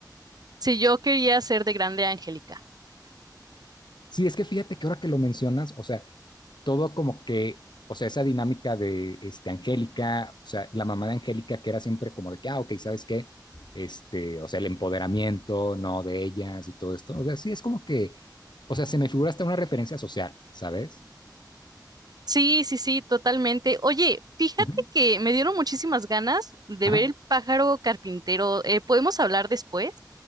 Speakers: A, on the right (about 60°); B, on the left (about 75°).
A: Sí, yo quería ser de grande Angélica.
B: Sí, es que fíjate que ahora que lo mencionas, o sea, todo como que, o sea, esa dinámica de este, Angélica, o sea, la mamá de Angélica que era siempre como de que, ah, ok, ¿sabes qué? Este, o sea, el empoderamiento, ¿no? De ellas y todo esto. O sea, sí, es como que, o sea, se me figura hasta una referencia social, ¿sabes?
A: Sí, sí, sí, totalmente. Oye, fíjate
B: Ujú.
A: que me dieron muchísimas ganas de
B: Ajá.
A: ver el pájaro carpintero. Eh, ¿podemos hablar después?